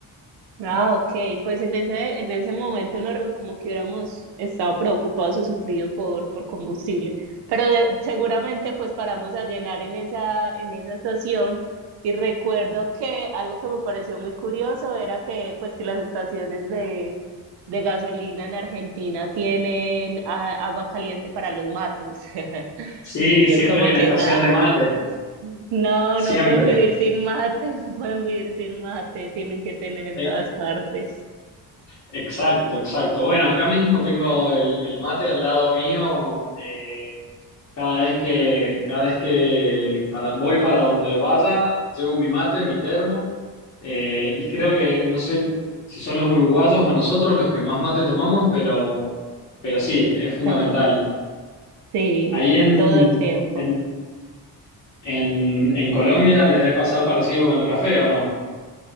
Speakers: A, on the right (about 85°); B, on the left (about 45°).
A: Ah, ok, pues en ese, en ese momento no recuerdo como que hubiéramos estado preocupados o sufrido por, por combustible, pero de- seguramente pues paramos a llenar en esa, en esa estación y recuerdo que algo que me pareció muy curioso era que pues que las estaciones de, de gasolina en Argentina tienen ah, agua caliente para los mates. <laughs>
B: Sí,
A: Y yo
B: siempre
A: como
B: hay una
A: que
B: estación
A: nada.
B: de mate,
A: No,
B: siempre.
A: no pueden vivir sin mate, <laughs> no pueden vivir sin mate, tienen que tener en
B: Eh,
A: todas partes,
B: Exacto, exacto. Bueno, acá mismo tengo el, el mate al lado mío. eh, cada vez que, cada vez que para- voy para donde vaya, llevo mi mate, mi termo. eh, y creo que, no sé si son los uruguayos o nosotros los que más mate tomamos, pero, pero sí, es fundamental.
A: pero sí,
B: Ahí en,
A: todo el tiempo.
B: en, en, en Colombia les debe pasar parecido con el café, ¿o no?